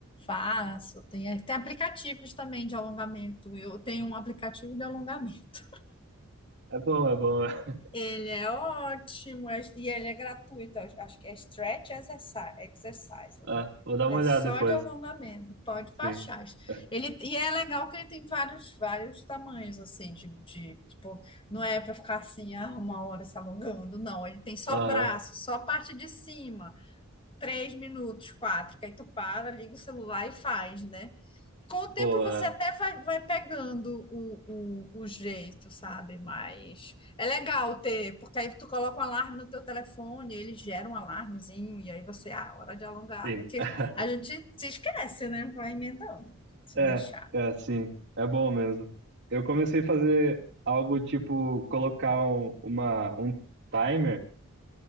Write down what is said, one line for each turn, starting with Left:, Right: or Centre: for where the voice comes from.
Left: faço, tem, tem aplicativos também de alongamento. Eu tenho um aplicativo de alongamento.
Right: é bom, é bom. <laughs>
Left: Ele é ótimo, é- e ele é gratuito. eu Acho que é Stretch Exercise, exercise o
Right: Ah,
Left: nome.
Right: vou dar uma
Left: É
Right: olhada
Left: só
Right: depois.
Left: de alongamento, pode baixar.
Right: Sim. É.
Left: Ele, e é legal que ele tem vários, vários tamanhos, assim, de, de tipo, não é para ficar assim, ah, uma hora se alongando, não. Ele tem só
Right: Aham,
Left: braço, só a parte de cima, três minutos, quatro, que aí tu para, liga o celular e faz, né? com o
Right: boa,
Left: tempo você até vai, vai pegando o, o, o jeito, sabe? Mas é legal ter, porque aí tu coloca um alarme no teu telefone, ele gera um alarmezinho, e aí você, ah, hora de alongar,
Right: é.
Left: né?
Right: sim.
Left: Porque
Right: <laughs>
Left: a gente se esquece, né? Vai emendando, se
Right: É,
Left: deixar.
Right: é, sim. É bom mesmo. Eu comecei a fazer algo tipo colocar um, uma, um timer